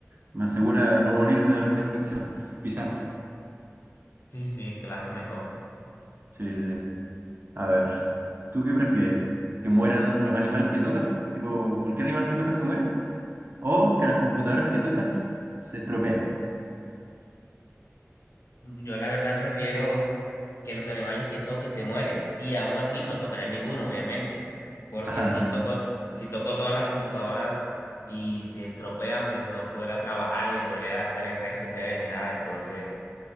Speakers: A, on the right (about 45°); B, on the left (about 65°).
A: me asegura no morirme de alguna infección. Quizás.
B: Sí, sí, claro, <laughs> mejor.
A: Sí, sí. sí. A ver, ¿tú qué prefieres? ¿Que mueran los animales que tocas? Tipo, cualquier animal que tocas se muere. ¿O que las computadoras que tocas se estropean? <laughs>
B: Yo la verdad prefiero que los animales que toque se mueren y aún así no tocaría ninguno, obviamente, porque
A: Ah,
B: si
A: sí,
B: toco, si toco todas las computadoras y se estropean, pues no podrá trabajar ni podría estar en redes sociales ni nada, entonces...